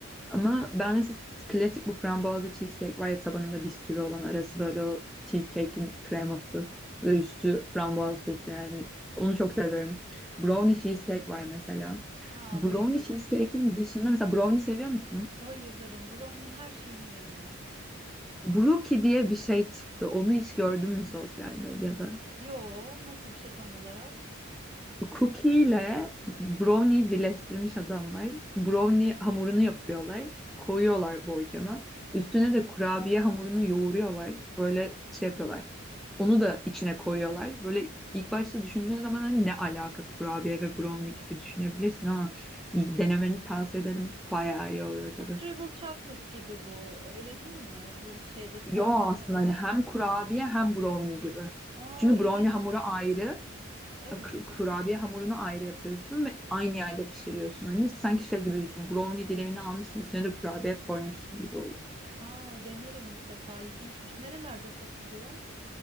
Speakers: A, in the centre; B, on the right.
A: Ama ben mesela klasik bu frambuazlı cheesecake var ya tabanında bisküvi olan arası böyle o cheesecake'in kreması ve üstü frambuaz sosu yani onu çok seviyorum. Brownie cheesecake var mesela.
B: <laughs> Aa,
A: Brownie
B: bayılırım.
A: cheesecake'in dışında mesela brownie seviyor musun?
B: Bayılırım. Brownie'nin her şeyini yerim ben.
A: Brookie diye bir şey çıktı. Onu hiç gördün mü sosyal medyada?
B: Yo, nasıl bir şey tam olarak?
A: Cookie ile brownie birleştirmiş adamlar. Brownie hamurunu yapıyorlar. Koyuyorlar borcama. Üstüne de kurabiye hamurunu yoğuruyorlar. Böyle şey yapıyorlar. Onu da içine koyuyorlar. Böyle ilk başta düşündüğün zaman hani ne alaka kurabiye ve brownie gibi düşünebilirsin ama iyi, denemeni tavsiye ederim. Bayağı iyi oluyor tadı.
B: Ha, Treble Chocolate gibi bu. Öyle değil mi? Bu şeyde Starbucks'ta
A: Yo aslında
B: falan
A: hani hem
B: satılan.
A: kurabiye hem brownie gibi.
B: Aa,
A: Çünkü
B: ilginçmiş.
A: brownie hamuru ayrı,
B: Evet.
A: kur- kurabiye hamurunu ayrı yapıyorsun ve aynı yerde pişiriyorsun. Hani
B: Hı hı.
A: sanki şey gibi düşün. Brownie dilimini almışsın üstüne de kurabiye koymuşsun gibi oluyor.
B: Aa, denerim mutlaka. İlginçmiş. Nerelerde satılıyor?